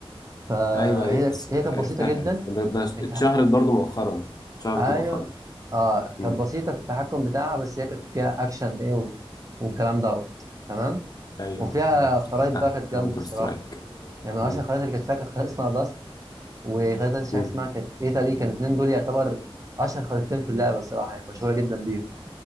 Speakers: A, on the right; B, on the left.
A: فهي
B: ايوه ايوه بس
A: هي
B: عرفتها
A: كانت بسيطه جدا
B: عرفتها ده, ده
A: التح...
B: اتشهرت برضو مؤخرا اتشهرت
A: ايوه
B: مؤخرا
A: اه
B: مم.
A: كانت بسيطه في التحكم بتاعها بس هي كانت فيها اكشن ايه و... والكلام دوت تمام
B: ايوه
A: وفيها
B: ايوه افتكرتها
A: خرايط بقى كانت
B: كاونتر
A: جامده الصراحه
B: سترايك
A: يعني من
B: مم.
A: اشهر الخرايط اللي كانت فيها كانت خريطه اسمها باست وخريطه مش
B: مم.
A: عارف اسمها كانت ايطالي كان الاثنين دول يعتبر اشهر خريطتين في اللعبه الصراحه يعني مشهوره جدا بيهم